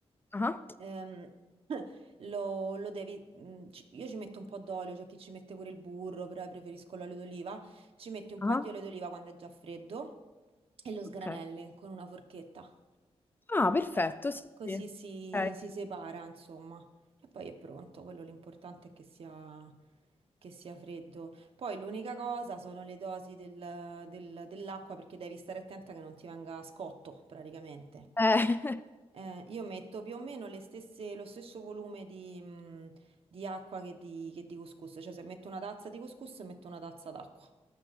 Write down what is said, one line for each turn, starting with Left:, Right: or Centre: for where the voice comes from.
Left: Ah,
Right: ehm, lo, lo devi, mh, ci- io ci metto un po' d'olio, c'è chi ci mette pure il burro, però io preferisco l'olio d'oliva. Ci metti un po'
Left: ah,
Right: di olio d'oliva quando è già freddo e lo sgranelli
Left: ok.
Right: con una forchetta.
Left: Ah, perfetto,
Right: Lo sg-
Left: sì,
Right: così
Left: sì. Ok.
Right: si,
Left: Eh,
Right: si separa, insomma, e poi è pronto. Quello l'importante è che sia, che sia freddo. Poi l'unica cosa sono le dosi del- del- dell'acqua perché devi stare attenta che non ti venga scotto praticamente.
Left: <laughs>
Right: Eh, io metto più o meno le stesse- lo stesso volume di, mh, di acqua che di, che di couscous, cioè se metto una tazza di couscous metto una tazza d'acqua.